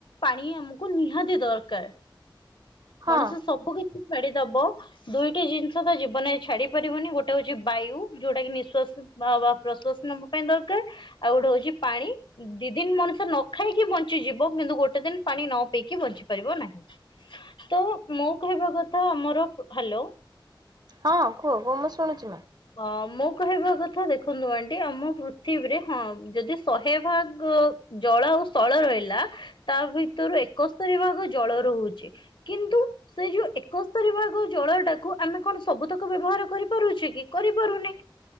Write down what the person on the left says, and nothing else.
ପାଣି ଆମକୁ ନିହାତି ଦରକାର।
ମଣିଷ ସବୁ କିଛି ଛାଡିଦବ ଦୁଇ ଗୋଟେ ଜିନିଷ ତ ଜୀବନରେ ଛାଡି ପାରିବନି ଗୋଟେ ହଉଛି ବାୟୁ ଯୋଉଟା କି ନିଶ୍ାସ ବା ପ୍ରଶ୍ଵାସ ନବା ପାଇଁ ଦରକାର ଆଉ ଗୋଟେ ହଉଛି ପାଣି ଦି ଦିନ ମଣିଷ ନ ଖାଇକି ବଞ୍ଚିଯିବ କିନ୍ତୁ ଗୋଟେ ଦିନ ପାଣି ନ ପିଇକି ବଞ୍ଚି ପାରିବ ନାହିଁ। ତ ମୋ କହିବା କଥା ଆମର ହ୍ୟାଲୋ
ଅ ମୋ କହିବା କଥା ଦେଖନ୍ତୁ ଆଣ୍ଟି ଆମ ପୃଥିବୀରେ ହଁ ଯଦି ଶହେ ଭାଗ ଜଳ ଆଉ ସ୍ଥଳ ରହିଲା ତା ଭିତରୁ ଏକସ୍ତରୀ ଭାଗ ଜଳ ରହୁଛି। କିନ୍ତୁ ସେ ଯୋଉ ଏକସ୍ତରୀ ଭାଗ ଜଳଟା ଆମେ କଣ ସବୁତକ ବ୍ୟବହାର କରିପାରୁଛେ କି କରିପାରୁନେ।